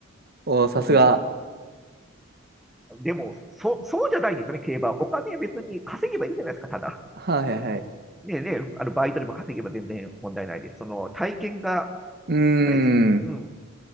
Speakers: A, on the right; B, in the centre.
A: おー、さすが。
B: うんうんでも、そ、そうじゃないんですよね、競馬は。お金別に稼げばいいじゃないですか、ただ。
A: はいはいはい。
B: ねえねえ、あの、バイトでも稼げば全然問題ないです。その、体験が、
A: うー
B: あれですね、
A: ん。
B: うん、